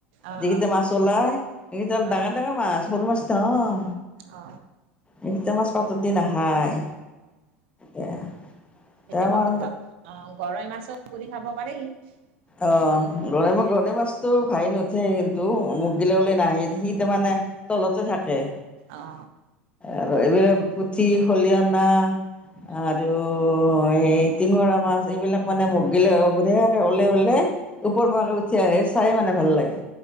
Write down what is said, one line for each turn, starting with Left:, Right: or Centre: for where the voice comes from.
Right: অ
Left: যিকেইটা
Right: অ
Left: মাছ ওলাই, সেইকেইটা
Right: অ
Left: ডাঙৰ-ডাঙৰ মাছ সৰু মাছ নহয়।
Right: অ
Left: এইকিটা মাছ পাতত দি নাখায়, এয়া তামাৰ
Right: এতিয়া মই অ গৰৈ মাছৰ পুৰি খাব পাৰি
Left: অ
Right: সেইটো সেইটোতে
Left: গৰৈ ম, গৰৈ মাছটো ভাহি নুঠে কিন্তু, ম বিললৈ নাই সি তাৰমানে তলতে থাকে।
Right: অ
Left: আৰু এইবিলাক পুঠি, খলিহনা
Right: অ
Left: আৰু <unintelligible> টিঙৰা মাছ, এইবিলাক মানে <unintelligible> বঢ়িয়াকে ওলাই-ওলে ওপৰ মোৱাকে উঠি আহে চাই মানে ভাল লাগে।